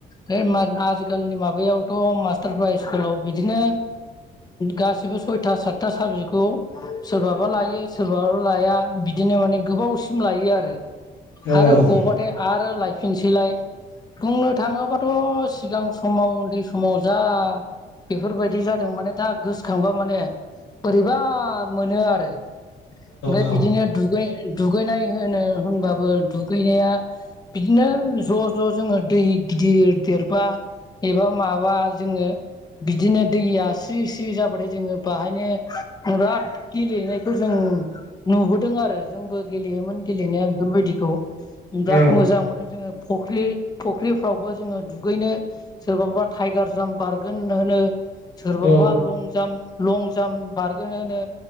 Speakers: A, on the left; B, on the left.
A: है आथिखालनि माबायावथ' मास्टारफ्रा स्कुलाव बिदिनो गासिबो सयथा सातथा साबजेतखौ सोरबाबा लायो सोरबाबा लाया बिदिनो माने गोबावसिम लायो आरो
B: औ
A: आरो
B: औ
A: गबाथाय आरो लायो। फिनसैलाय बुंनो थाङोबाथ' सिगां समाव उन्दै समाव जा बेफोरबायदि जादों माने दा गोसोखांबा माने बोरैबा मोनो आरो ओमफ्राय
B: औ
A: बिदिनो दुु दुगैनाय होनो होनबाबो दुगैनाया बिदिनो ज'-ज' जोङो दै गिदिर देरबा एबा माबा जोङो बिदिनो दैया स्रि स्रि जाबाथाय जोङो बाहायनो बिराद गेलेनायखौ जों नुबोदों आरो जोंबो गेलेयोमोन गेलेनाया बेफोरबायदिखौ बिराद
B: औ
A: मोजां मोनो जोङो फख्रि फख्रिफ्रावबो जोङो दुगैनो सोरबाबा टाइगार जाम्प बारगोन होनो, सोरबाबा
B: औ
A: लं जाम्प, लं जाम्प बारगोन होनो